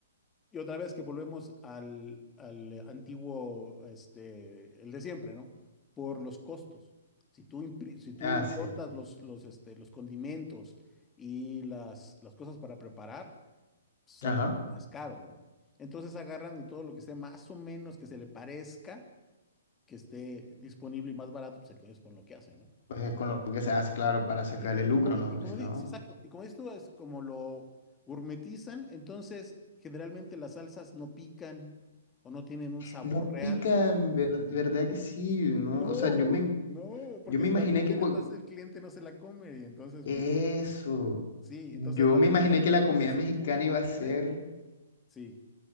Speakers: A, on the left; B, on the left.
A: Y otra vez que volvemos al, al antiguo, este, el de siempre, ¿no? Por los costos. Si tú, impri- si tú
B: Ah,
A: importas
B: sí.
A: los, los, este, los condimentos y las, las cosas para preparar, pues, sale
B: Ajá.
A: mucho más caro, ¿no? Entonces agarran y todo lo que esté más o menos que se le parezca, que esté disponible y más barato, pues es con lo que hacen, ¿no?
B: Pues es con lo que se hace, claro, para sacarle
A: Y, y- y
B: lucro,
A: como, di-
B: ¿no?
A: y
B: Porque
A: como,
B: si
A: di-
B: no.
A: sí, exacto, y como dices tú, es como lo gourmetizan, entonces generalmente las salsas no pican o no tienen un sabor
B: No
A: real.
B: pica, en ver- verdad que sí, ¿no?
A: No,
B: O sea, yo me,
A: no, porque
B: yo me
A: si
B: imaginé
A: la pican,
B: que... cua-
A: entonces el cliente no se la come, y entonces,
B: Eso.
A: no. sí,
B: Yo
A: entonces lo
B: me
A: hacen
B: imaginé
A: lo hacen
B: que la
A: muy
B: comida
A: así,
B: mexicana
A: muy
B: iba a ser
A: leve. Sí.